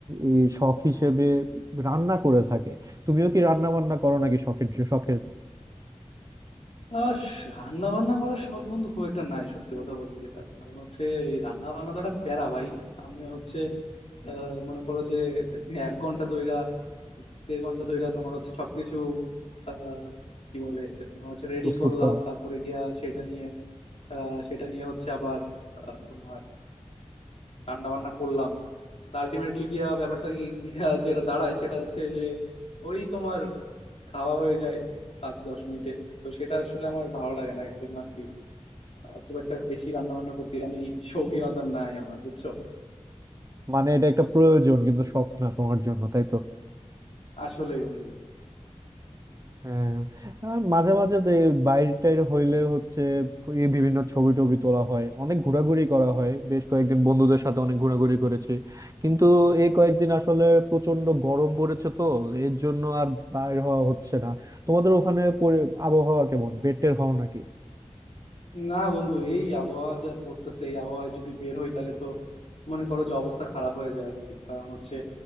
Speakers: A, on the right; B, on the left.
A: এই শখ হিসেবে রান্না করে থাকে তুমিও কি রান্না বান্না করো নাকি শখের শখের
B: আহ রান্না বান্না করার শখ বন্ধু খুব একটা নাই সত্যি কথা বলতে যেটা কারণ হচ্ছে এই রান্না বান্না তো একটা প্যারা ভাই আমি হচ্ছে আহ, মনে করো যে এক ঘন্টা ধইরা দেড় ঘন্টা ধইরা তোমার হচ্ছে সবকিছু আহ, কি বলে তোমার হচ্ছে রেডি
A: প্রস্তুত
B: করলাম
A: করা
B: তারপরে গিয়া সেটা নিয়ে আহ, সেটা নিয়ে হচ্ছে আবার আহ, তোমার রান্না বান্না করলাম আলটিমেটলি গিয়া ব্যাপারটা কি- গিয়া যেটা দাঁড়ায় সেটা হচ্ছে যে ওই তোমার খাওয়া হয়ে যায় পাঁচ দশ মিনিটে তো সেটা আসলে আমার ভালো লাগে না এই জন্য আর কি আহ, খুব একটা বেশি রান্না বান্নার প্রতি আমি শৌখিনতা নাই আমার বুঝছো
A: মানে এটা একটা প্রয়োজন কিন্তু শখ না তোমার জন্য তাই তো
B: আসলেই বন্ধু
A: হ্যাঁ আর মাঝে মাঝে তো এই বাইরে টাইরে হইলে হচ্ছে এই বিভিন্ন ছবি টবি তোলা হয় অনেক ঘোরাঘুরি করা হয় বেশ কয়েকদিন বন্ধুদের সাথে অনেক ঘোরাঘুরি করেছি কিন্তু এই কয়েকদিন আসলে প্রচন্ড গরম পড়েছে তো এর জন্য আর বাইর হওয়া হচ্ছে না তোমাদের ওখানে পরি- আবহাওয়া কেমন বের টের হও নাকি
B: না বন্ধু এই আবহাওয়া যা পড়তেছে এই আবহাওয়ায় যদি বের হই তাহলে তো মনে করো যে অবস্থা খারাপ হয়ে যায় আর কি কারণ হচ্ছে